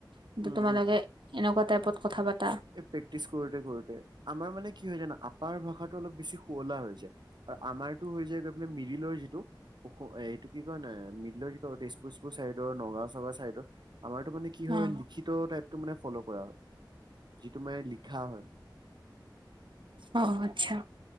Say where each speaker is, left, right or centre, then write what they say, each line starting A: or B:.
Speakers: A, on the right; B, on the right.
A: কিন্তু
B: উম
A: তোমালোকে এনেকুৱা টাইপত কথা পা
B: এ প্ৰেক্টিছ কৰোঁতে কৰোঁতে। আমাৰ মানে কি হয় জানা, আপাৰ ভাষাটো অলপ বেছি শুৱলা হৈ যায় আৰু আমাৰতো হৈ যায় গৈ মানে মিডিলৰ যিটো, <unintelligible> এইটো কি কয় ন মিডিলৰ যিটো টেষ্ট <unintelligible> পুৰ চাইদৰ, নগাঁও চগাঁও চাইদৰ, আমাৰতো মানে কি হয়
A: অ',
B: লিখিত টাইপতটো মানে ফ'ল' কৰা হয়। যিটো মানে লিখা হয়।
A: অ', আচ্ছা।